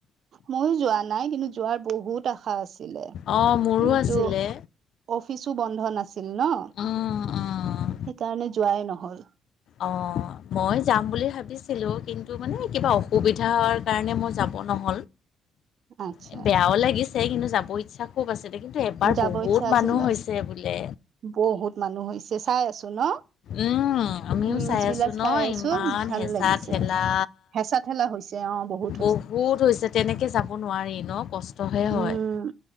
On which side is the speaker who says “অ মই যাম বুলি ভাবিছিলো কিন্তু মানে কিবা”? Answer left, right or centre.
Left